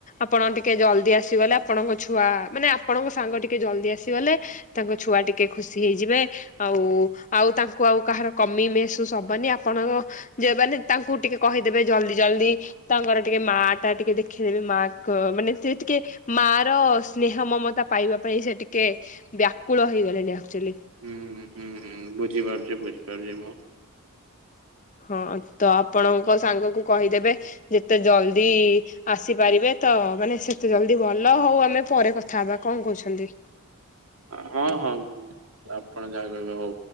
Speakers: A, on the left (about 35°); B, on the right (about 75°).
A: ଆପଣ ଟିକେ ଜଲଦି ଆସିଗଲେ ଆପଣଙ୍କ ଛୁଆ ମାନେ ଆପଣଙ୍କ ସାଙ୍ଗ ଟିକେ ଜଲଦି ଆସିଗଲେ ତାଙ୍କ ଛୁଆ ଟି କେ ଖୁସି ହେଇଯିବେ ଆଉ ଆଉ ତାଙ୍କୁ ଆଉ କାହାର କମି ମେହେଶୁସ ହବନି ଆପଣଙ୍କ ଯେ ମାନେ ତାଙ୍କୁ ଟିକେ କହିଦେବେ ଜଲଦି ଜଲଦି ତାଙ୍କର ଟିକେ ମା ଟା ଟିକେ ଦେଖିଦେବେ ମା କ ମାନେ ସେ ଟିକେ ମା ର ସ୍ନେହ ମମତା ପାଇବା ପାଇଁ ସେ ଟିକେ ବ୍ୟାକୁଳ ହେଇଗଲେଣି ଆକ୍ଚୁଆଲି
B: ହୁଁ ହୁଁ ହୁଁ ବୁଝିପାରୁଛି ବୁଝିପାରୁଛି ମୁଁ
A: ହଁ ତ ଆପଣଙ୍କ ସାଙ୍ଗକୁ କହିଦେବେ ଯେତେ ଜଲଦି ଆସିପାରିବେ ତ ମାନେ ସେତେ ଜଲଦି ଭଲ ହଉ ଆମେ ପରେ କଥା ହବା କଣ କହୁଛନ୍ତି?
B: ହଁ ହଁ ଆପଣ ଯାହା କହିବେ ହଉ।